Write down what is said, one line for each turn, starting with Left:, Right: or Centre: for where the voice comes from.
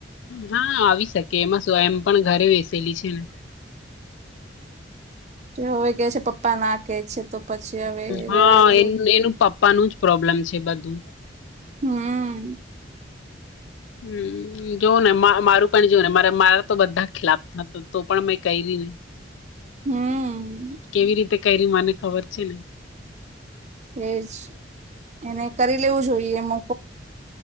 Left: હા આવી શકે એમાં શું એમ પન ઘરે બેસેલી છે ને.
Right: તો હવે ઈકે છે પપ્પા ના કે છે તો પછી હવે
Left: હા
Right: રેવા દેવું
Left: એન એનું પપ્પાનું જ પ્રોબ્લેમ છે બધું.
Right: હમ
Left: હમ જો ને મારું પણ જોને મારે મારા તો બધા ખિલાફ હતા તો પણ મેં કઈરી ને.
Right: હમ
Left: કેવી રીતે કઈરી મને ખબર છે ને.
Right: એજ. એને કરી લેવું જોઈએ મો